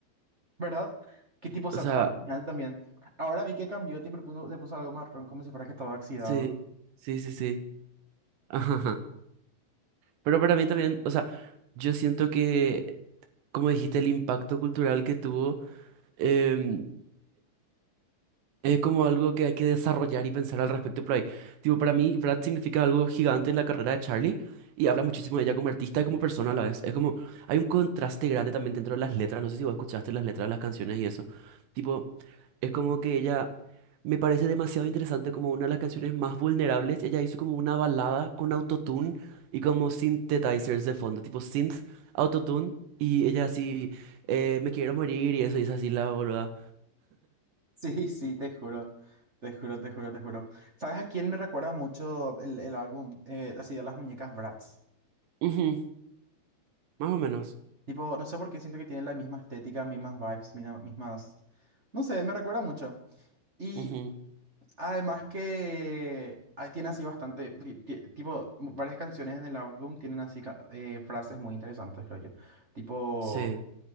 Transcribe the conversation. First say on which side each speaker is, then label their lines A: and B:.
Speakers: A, on the right; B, on the right.
A: ¿Verdad? ¿Qué tipo se
B: O sea,
A: ataba también? Ahora vi que cambió, tipo, le puso, le puso algo marrón como si fuera que estaba oxidado.
B: sí,
A: <laughs>
B: sí, sí, sí. <laughs> Ajá. ajá. Pero para mí también, o sea, yo siento que como dijiste, el impacto cultural que tuvo, em, es como algo que hay que desarrollar y pensar al respecto por ahí. Tipo, para mí, Brad significa algo gigante en la carrera de Charlie y habla muchísimo de ella como artista y como persona a la vez. Es como, hay un contraste grande también dentro de las letras. No sé si vos escuchaste las letras de las canciones y eso. Tipo, es como que ella me parece demasiado interesante como una de las canciones más vulnerables. Ella hizo como una balada con autotune y como synthetizers de fondo, tipo synth, autotune y ella así, eh, me quiero morir y eso, y es así la boluda.
A: Sí, sí, te juro. Te juro, te juro, te juro. ¿Sabes a quién me recuerda mucho el, el álbum? Eh, así de las muñecas Bratz.
B: <laughs> Más o menos.
A: Tipo, no sé por qué siento que tiene la misma estética, mismas vibes, mina- mismas... No sé, me recuerda mucho. Y
B: Ujú,
A: además que ah, tiene así bastante... ti- ti- Tipo, varias canciones en el álbum tienen así ca- eh, frases muy interesantes, creo yo. Tipo...
B: Sí.